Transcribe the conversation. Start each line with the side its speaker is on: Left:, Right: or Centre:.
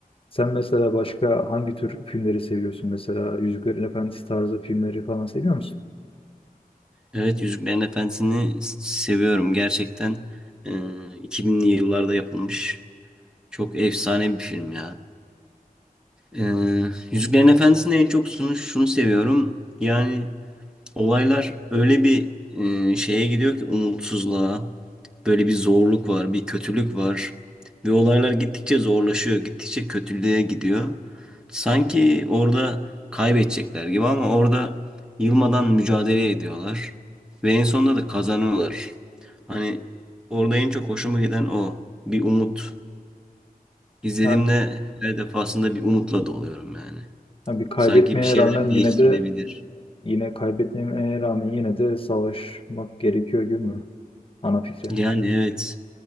Left: Sen mesela başka hangi tür filmleri seviyorsun? Mesela Yüzüklerin Efendisi tarzı filmleri falan seviyor musun?
Centre: Evet Yüzüklerin Efendisi'ni s- seviyorum. Gerçekten e, 2000'li yıllarda yapılmış çok efsane bir film ya. E, Yüzüklerin Efendisi'ni en çok şunu, şunu seviyorum. Yani Olaylar öyle bir e, şeye gidiyor ki umutsuzluğa. Böyle bir zorluk var, bir kötülük var. Ve olaylar gittikçe zorlaşıyor, gittikçe kötülüğe gidiyor. Sanki orada kaybedecekler gibi ama orada yılmadan mücadele ediyorlar. Ve en sonunda da kazanıyorlar. Hani orada en çok hoşuma giden o. Bir umut. İzlediğimde
Left: Ha,
Centre: her defasında bir umutla doluyorum yani.
Left: ha, bir kaybetmeye
Centre: Sanki bir şeyler
Left: rağmen
Centre: değiştirilebilir.
Left: yine de yine kaybetmeye rağmen yine de savaşmak gerekiyor gibi mi? Ana fikri.
Centre: Yani evet.